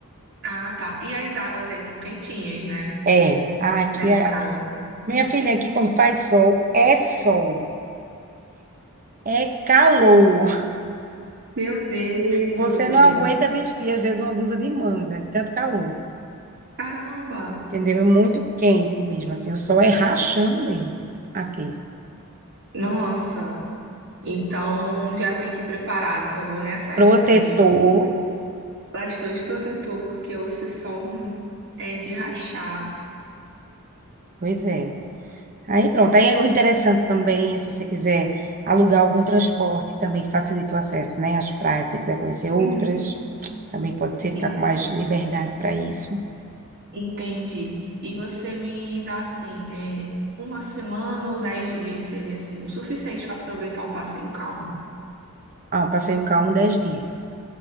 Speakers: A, on the right; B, on the right.
A: ah, tá. E as águas aí são quentinhas, né?
B: É, aqui
A: Das
B: é.
A: praias.
B: Minha filha, aqui quando faz sol, é sol, é calor.
A: Meu Deus.
B: Você não aguenta vestir, às vezes, uma blusa de manga, de tanto calor.
A: Caramba!
B: Entendeu? É muito quente mesmo, assim, o sol é rachando mesmo aqui.
A: Nossa! Então já tem que ir preparado. Então vou nessa época
B: Protetor,
A: mesmo, porque bastante protetor, porque o sol é de rachar.
B: pois é. Aí pronto. Aí é o interessante também é se você quiser alugar algum transporte também que facilite o acesso, né, às praias, se quiser conhecer outras,
A: Uhum.
B: também pode ser ficar
A: En-
B: com mais liberdade para isso.
A: Entendi. E você me dá assim, é, uma semana ou dez dias seria assim, o suficiente para aproveitar um passeio calmo.
B: Ah, um passeio calmo 10 dias.